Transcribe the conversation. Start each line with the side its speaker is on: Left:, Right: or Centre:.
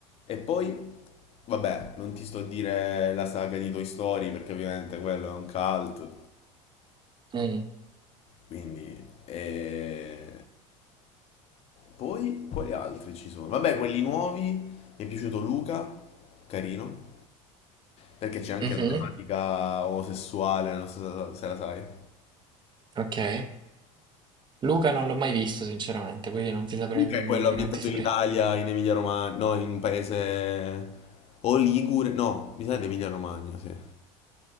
Left: E poi, vabbè, non ti sto a dire la saga di Toy Story perché ovviamente quello è un cult,
Right: mm,
Left: quindi... E... Poi, quali altri ci sono? Vabbè, quelli nuovi, mi è piaciuto Luca, carino, perché c'è anche
Right: mhm,
Left: la tematica omosessuale, non so se se la sai.
Right: ok. Luca non l'ho mai visto, sinceramente, quindi non ti saprei.
Left: Luca è quello ambientato
Right: Non ti saprei.
Left: in Italia, in Emilia Romagna, no, in un paese... O Ligure, no, mi sa di Emilia Romagna, sì.